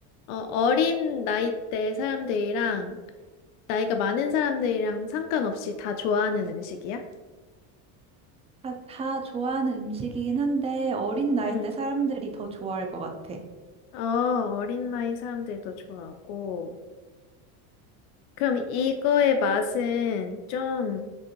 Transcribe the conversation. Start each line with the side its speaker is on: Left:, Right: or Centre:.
Left: 어, 어린 나이 때 사람들이랑, 나이가 많은 사람들이랑 상관없이 다 좋아하는 음식이야?
Right: 다, 다 좋아하는 음식이긴 한데 어린 나이
Left: 응.
Right: 때 사람들이 더 좋아할 것 같아.
Left: 어, 어린 나이 사람들도 좋아하고. 그럼 이거의 맛은 좀